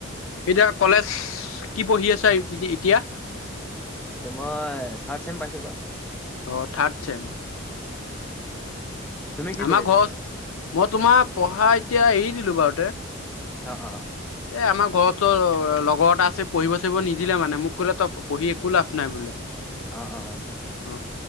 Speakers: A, on the left (about 80°); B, in the centre.
A: এতিয়া কলেজ কি পঢ়ি আছা ইতিয়া।
B: তে মই থাৰ্ড ছেম পাইছো এইবাৰ।
A: অ থাৰ্ড ছেম।
B: তুমি কি
A: আমাৰ
B: পঢ়ি -
A: ঘৰ মই তোমাৰ পঢ়া এতিয়া এৰি দিলো বাৰুতে।
B: অ অ অ
A: এ আমাৰ ঘৰতো লগৰ এটা আছে পঢ়িব চঢ়িব নিদিলে মানে মোক কলে তই পঢ়ি একো লাভ নাই বোলে।
B: অ অ অ
A: অ